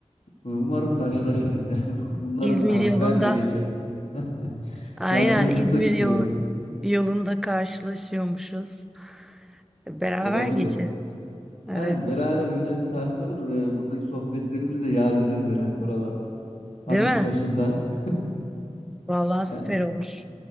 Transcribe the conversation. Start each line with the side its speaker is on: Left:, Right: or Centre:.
Left: Umarım karşılaşırız yani. <laughs> Bunların
Centre: İzmir
Left: hasbihali
Centre: yolunda.
Left: de geçer. <laughs>
Centre: Aynen
Left: Karşılaşırsak
Centre: İzmir
Left: güzel
Centre: yol,
Left: olur.
Centre: yolunda karşılaşıyormuşuz. Beraber
Left: Olabilir.
Centre: geçeriz. Evet.
Left: Aynen beraber güzel bir tatil olur. Ee, buradaki sohbetlerimizi de yad ederiz herhalde oralarda. Ateş
Centre: Değil mi?
Left: başında. <laughs>
Centre: Vallahi süper
Left: Yani
Centre: olur.